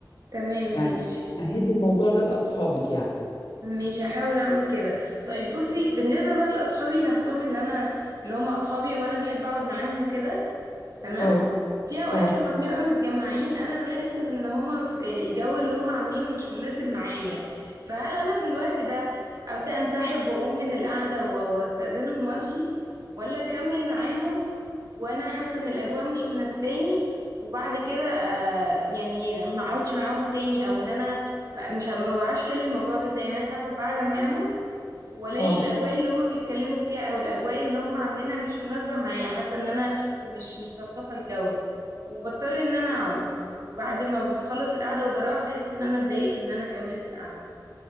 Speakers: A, on the right; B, on the left.
A: تمام
B: يعني
A: ماشي
B: مهدي الموضوع ده لأصحابك يعني
A: مش هحاول اعمل كده طيب بصي بالنسبه بقى لاصحابي نفسهم اللي انا اللي هم اصحابي وانا بحب اقعد معاهم وكده تمام
B: اه
A: في اوقات
B: اه
A: لما بنبقى متجمعين انا بحس ان هما في الجو اللي هما عاملينه مش مناسب معايا فهل انا في الوقت ده ابدا انسحب واقوم من القعده و- واستاذنهم وامشي ولا اكمل معاهم وانا حاسه ان الاجواء مش مناسباني وبعد كده آه يعني ما اقعدش معاهم تاني او ان انا ب- مش ه- ما بعرفش احل الموضوع ده زي انا حابه قاعده معاهم ولاقي
B: اه
A: الاجواء اللي هما بيتكلموا فيها او الاجواء اللي هما عاملينها مش مناسبه معايا حاسه ان انا مش مستلطفه الجو وبضطر ان انا اقعد وبعد ما بنخلص القعده وبروح بحس ان انا اتضايقت ان انا كملت القعده